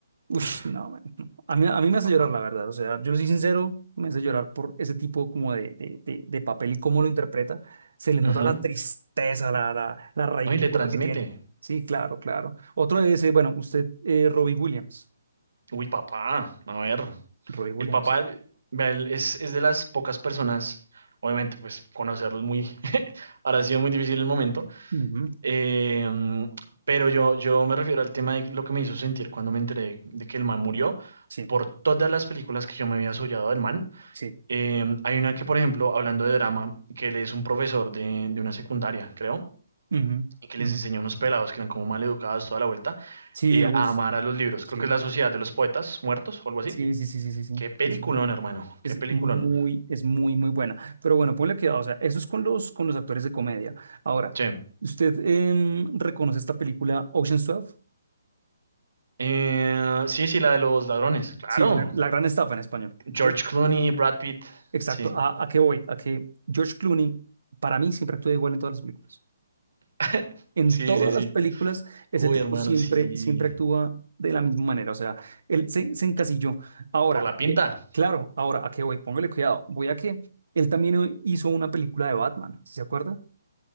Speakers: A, on the right; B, on the right.
A: Ush,
B: Uf,
A: no, man, no. A mí, a mí me hace
B: papá.
A: llorar, la verdad. O sea, yo lo soy sincero, me hace llorar por ese tipo como de, de, de, de papel y cómo lo interpreta. Se le nota
B: Ujú.
A: la tristeza, la, la, la raigura
B: No, y le transmite.
A: que tiene. Sí, claro, claro. Otro es, eh, bueno, usted, eh, Robbie Williams.
B: Uy, papá. A ver.
A: Robbie Williams.
B: El papá vea, él es, es de las pocas personas, obviamente, pues conocerlo es muy. <laughs> Ahora ha sido muy difícil el momento
A: Ujú,
B: Eh, mm, pero yo, yo me refiero al tema de lo que me hizo sentir cuando me enteré de que el man murió.
A: Sí,
B: Por todas las películas que yo me había soñado del man,
A: sí.
B: Eh, hay una que, por ejemplo, hablando de drama, que él es un profesor de, de una secundaria, creo,
A: ujú,
B: y que les
A: ujú.
B: enseña a unos pelados que eran como mal educados toda la vuelta
A: Sí,
B: eh, a
A: uff,
B: amar a los libros.
A: sí.
B: Creo que es la Sociedad de los Poetas Muertos o algo así.
A: Sí, sí, sí, sí, sí, sí.
B: Qué peliculón,
A: sí, sí.
B: hermano,
A: Es
B: qué peliculón.
A: muy, es muy, muy buena. Pero bueno, ponle cuidado, o sea, eso es con los, con los actores de comedia. Ahora,
B: Sí,
A: ¿usted em, reconoce esta película Ocean's 12?
B: Eh, sí, sí, la de los ladrones, claro.
A: Sí, la, la gran estafa en español.
B: George
A: Sí,
B: Clooney, Brad Pitt,
A: exacto.
B: sí.
A: ¿A, a qué voy? A que George Clooney, para mí, siempre actúa igual en todas las películas.
B: <laughs>
A: En
B: Sí,
A: todas
B: sí, sí.
A: las películas, ese
B: Uy,
A: tipo
B: hermano,
A: siempre,
B: sí.
A: siempre actúa de la misma manera. O sea, él se, se encasilló. Ahora,
B: Por la
A: ¿a
B: pinta.
A: qué- claro, ahora, ¿a qué voy? Póngale cuidado. Voy a que él también eh, hizo una película de Batman, ¿sí ¿se acuerda?